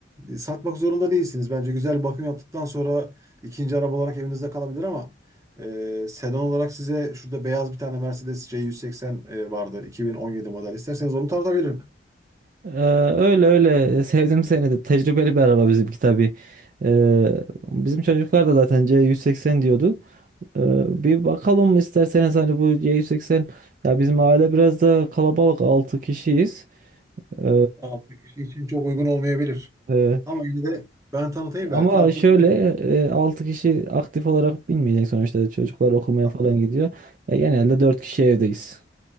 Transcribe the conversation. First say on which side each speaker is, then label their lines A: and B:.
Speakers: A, on the right; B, on the right.
A: e, satmak zorunda değilsiniz. Bence güzel bir bakım yaptıktan sonra ikinci araba olarak evinizde kalabilir ama Ee, sedan olarak size şurada beyaz bir tane Mercedes C180 e, vardı. 2017 model. İsterseniz onu tartabilirim.
B: Ee, öyle öyle sevdim seni de tecrübeli bir araba bizimki tabii. Ee, bizim çocuklar da zaten C180 diyordu. Ee, bir bakalım mı isterseniz hani bu C180 ya bizim aile biraz da kalabalık 6 kişiyiz. Ee,
A: Tamam. Bir kişi için çok uygun olmayabilir.
B: e,
A: Ama yine de ben tanıtayım
B: ama
A: belki aklınızda
B: şöyle e, 6 kişi aktif olarak binmeyecek sonuçta çocuklar okumaya falan
A: kalır.
B: gidiyor. Ya genelde 4 kişi evdeyiz.